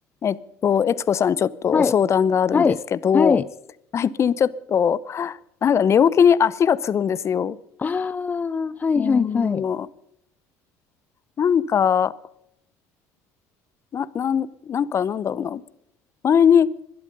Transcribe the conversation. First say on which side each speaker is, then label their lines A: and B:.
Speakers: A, on the left (about 35°); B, on the left (about 20°).
A: えっと、悦子さん、ちょっと相談があるんですけど、
B: はい。はい。はい。
A: 最近ちょっと、なんか寝起きに足がつるんですよ。
B: ああ、はいはいはい。
A: うーん、なんか、な、なん、なんかなんだろうな。前に、